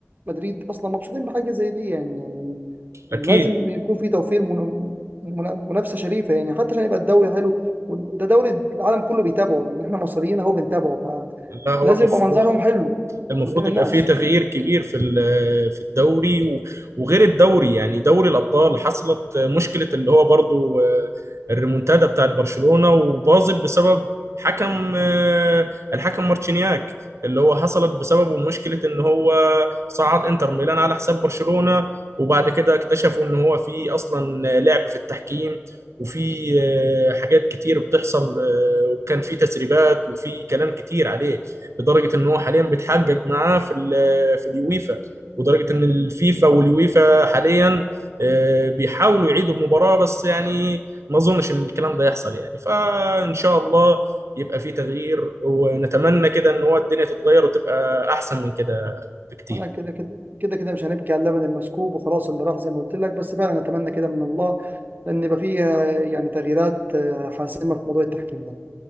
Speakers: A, on the right; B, on the right.
A: مدريد أصلا مبسوطين بحاجة زي دي يعني يعني
B: اكيد
A: لازم يكون في توفير من- من- منافسة شريفة يعني حتى عشان يبقى الدوري حلو وده دوري العالم كله بيتابعه يعني إحنا مصريين أهو بنتابعه
B: لا هو
A: فلازم
B: المفروض
A: يبقى منظرهم حلو
B: المفروض
A: قدام الناس
B: يبقى فيه تغيير كبير في ال- في الدوري و- وغير الدوري يعني دوري الأبطال حصلت مشكلة اللي هو برضو آه، الريمونتادا بتاعت برشلونة وباظت بسبب حكم آه، الحكم مارتشينياك اللي هو حصلت بسببه مشكلة ان هو صعد انتر ميلان على حساب برشلونة وبعد كده اكتشفوا ان هو في اصلا لعب في التحكيم وفي آه، حاجات كتير بتحصل آه، وكان في تسريبات وفي كلام كتير عليه لدرجه ان هو حاليا بيتحجج معاه في ال- في اليويفا ودرجه ان الفيفا واليويفا حاليا آه، بيحاولوا يعيدوا المباراه بس يعني ما اظنش ان الكلام ده يحصل يعني فان شاء الله يبقى في تغيير ونتمنى كده ان هو الدنيا تتغير وتبقى احسن من كده بكتير
A: انا كده كده كده كده مش هنبكي على اللبن المسكوب وخلاص اللي راح زي ما قلت لك بس فعلا اتمنى كده من الله ان يبقى فيه آه، يعني تغييرات آه، حاسمه في موضوع التحكيم ده